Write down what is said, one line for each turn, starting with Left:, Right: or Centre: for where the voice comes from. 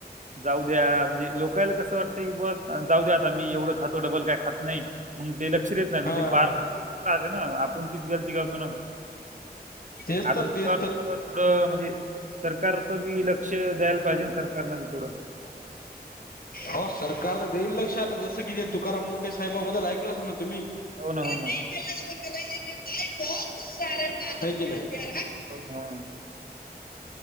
Right: जाऊ द्या, म्हणजे लोकाला कसं वाटतं की बा जाऊ द्या, आता आम्ही एवढं खातो डबल काय खात नाही मग ते लक्ष देत नाही, म्हणजे
Left: हा
Right: बार
Left: हा
Right: रात्र ना आपण तीच गलती करतो ना.
Left: तेच
Right: आता
Left: तर
Right: त्याच्यावर
Left: तेच तर.
Right: कसं थोडं म्हणजे, सरकार च बी लक्ष द्यायला पाहिजे ना सरकारन बी थोडं.
Left: हो, सरकार तर देईल लक्ष, आता जसं कि तुकाराम मुंडे साहेबाबद्दल ऐकलं असेल ना तुम्ही.
Right: हो ना हो ना.
Left: हाय की नाही.
Right: हो हा.